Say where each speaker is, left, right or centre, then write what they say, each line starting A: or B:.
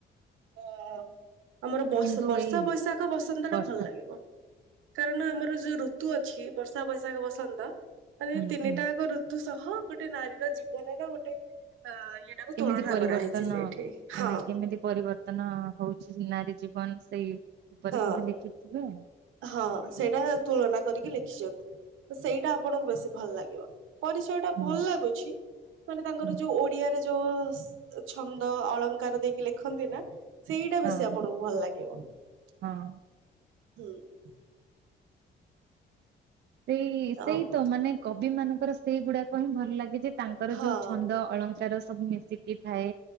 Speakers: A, on the right; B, on the right.
A: ଆ ଆମର ବ
B: କିନ୍ତୁ
A: ବର୍ଷା,
B: ଏଇ
A: ବୈଶାଖ, ବସନ୍ତ
B: ବର୍ଷା
A: ଟା ଭଲ ଲାଗିବ। କାରଣ ଆମର ଯୋଉ ଋତୁ ଅଛି। ବର୍ଷା, ବୈଶାଖ, ବସନ୍ତ। ମାନେ
B: ହୁଁ
A: ତିନିଟାକ
B: ହୁଁ
A: ଋତୁ ସହ ଗୋଟେ ନାରୀର ଜୀବନର ଗୋଟେ ଅ ଇଏଟାକୁ
B: କେମିତି
A: ତୁଳନା।
B: ପରିବର୍ତ୍ତନ
A: କରାହେଇଛି ସେଇଠି ହଁ
B: ମାନେ କେମିତି ପରିବର୍ତ୍ତନ? ବତ୍ତନ ହଉଛି ନାରୀ ଜୀବନ ସେଇ ଉପରେ
A: ହଁ।
B: ବୋଧେ ଲେଖିଥିବେ
A: ହଁ ସେଇଟା ତୁଳନା କରିକି ଲେଖିଛନ୍ତି ସେଇଟା ଆପଣଙ୍କୁ ବେଶୀ ଭଲ ଲାଗିବ ପରିଚୟ ଟା
B: ହୁଁ
A: ଭଲ ଲାଗୁଛି ମାନେ ତାଙ୍କର
B: ହୁଁ
A: ଯୋଉ ଓଡିଆରେ ଯୋଉ ଛନ୍ଦ ଅଳଙ୍କାର ଦେଇକି ଲେଖନ୍ତି ନା ସେଇଟା
B: ହଁ
A: ବେଶୀ ଆପଣଙ୍କୁ ଭଲ ଲାଗିବ
B: ହଁ
A: ହୁଁ <unintelligible>
B: ସେଇ ସେଇ
A: ଆଉ କଣ
B: ତ ମାନେ କବି ମାନଙ୍କର ସେଇ ଗୁଡାକ ହିଁ ଭଲ ଲାଗେ ଯେ ତାଙ୍କର
A: ହଁ
B: ଯୋଉ ଛନ୍ଦ ଅଳଙ୍କାର ସବୁ ମିଶିକି ଥାଏ